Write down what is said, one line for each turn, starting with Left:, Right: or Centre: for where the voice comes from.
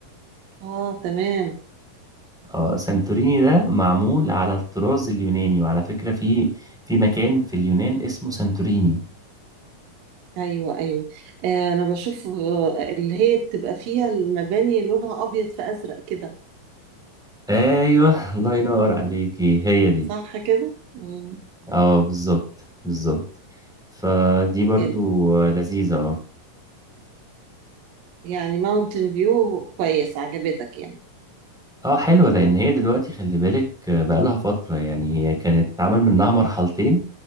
Right: اه تمام
Centre: اه سانتوريني ده معمول على الطراز اليوناني وعلى فكره في في مكان في اليونان اسمه سانتوريني
Right: ايوه ايوه آه انا بشوف آه، اللي هي بتبقى فيها المباني لونها ابيض في ازرق كده
Centre: ايوه <laughs> الله ينور عليكي هي دي
Right: صح كده مم،
Centre: اه بالظبط بالظبط فدي برضو
Right: جامد
Centre: لذيذه اه
Right: يعني ماونتن فيو كويس عجبتك يعني
Centre: اه حلوه لان هي دلوقتي خلي بالك بقى لها فتره يعني هي كانت اتعمل منها مرحلتين